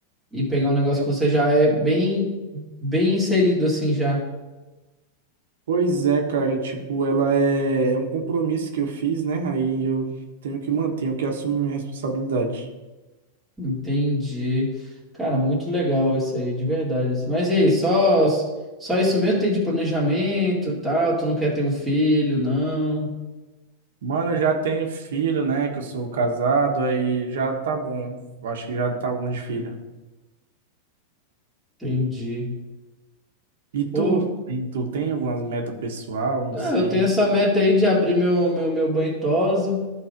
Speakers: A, in the centre; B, on the right (about 85°).
A: e pegar um negócio
B: É,
A: que você já é bem, bem inserido assim já.
B: pois é, cara, tipo, ela é, é um compromisso que eu fiz, né? Aí eu tenho que manter, tenho que assumir minha responsabilidade.
A: Entendi. Cara, muito legal isso aí, de verdade. assim. Mas e aí, só, só isso mesmo tem de planejamento, e tal? Tu não quer ter um filho, não?
B: Mano, eu já tenho filho, né? Que eu sou casado, aí já tá bom. Eu acho que já tá bom de filho.
A: Entendi.
B: E tu?
A: Pô,
B: E Tu tem algumas metas pessoal? Não
A: é,
B: sei.
A: eu tenho essa meta aí de abrir meu, meu, meu banho tosa.